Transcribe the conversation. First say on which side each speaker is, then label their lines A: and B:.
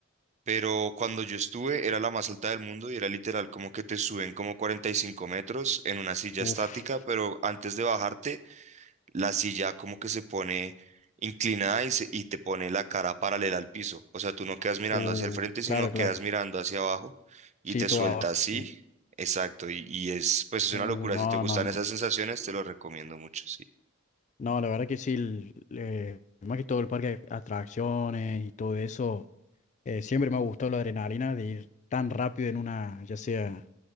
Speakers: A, on the right (about 35°); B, on the left (about 35°).
A: Pero cuando yo estuve era la más alta del mundo y era literal como que te suben como 45 metros en una silla
B: Uf.
A: estática, pero antes de bajarte, la silla como que se pone inclinada y, se- y te pone la cara paralela al piso. O sea, tú no quedas mirando
B: Uh,
A: hacia el frente, sino
B: claro,
A: quedas
B: claro.
A: mirando hacia abajo y
B: Sí,
A: te
B: todo
A: suelta
B: abajo.
A: así.
B: Bien.
A: Exacto, y, y es pues es
B: Uh,
A: una locura.
B: no,
A: Si te gustan
B: no,
A: esas
B: no.
A: sensaciones, te lo recomiendo mucho, sí.
B: No, la verdad que sí, el- eh, más que todo el parque de atracciones y todo eso, eh, siempre me ha gustado la adrenalina de ir tan rápido en una, ya sea,